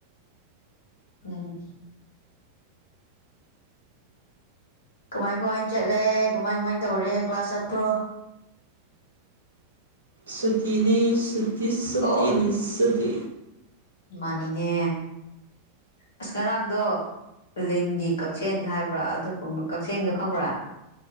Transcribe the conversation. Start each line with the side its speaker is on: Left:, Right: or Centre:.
Left: ꯎꯝ ꯀꯃꯥꯏ ꯀꯃꯥꯏ ꯆꯠꯂꯦ ꯀꯃꯥꯏ ꯀꯃꯥꯏ ꯇꯧꯔꯦ ꯀ꯭ꯂꯥꯁ ꯆꯠꯄ꯭ꯔꯣ
Right: ꯁꯨꯇꯤꯅꯦ ꯁꯨꯇꯤꯁ ꯁꯨꯇꯤꯅꯦ
Left: ꯑꯣ ꯑꯣ
Right: ꯁꯨꯇꯤ
Left: ꯃꯥꯅꯤꯅꯦ ꯑꯁ ꯉꯔꯥꯡꯗꯣ ꯂꯤꯟꯒꯤ ꯀꯛꯆꯦꯡ ꯍꯥꯏꯕ꯭ꯔꯥ ꯑꯗꯨꯒꯨꯝꯕ ꯀꯛꯆꯦꯡꯗꯣ ꯈꯪꯕ꯭ꯔꯥ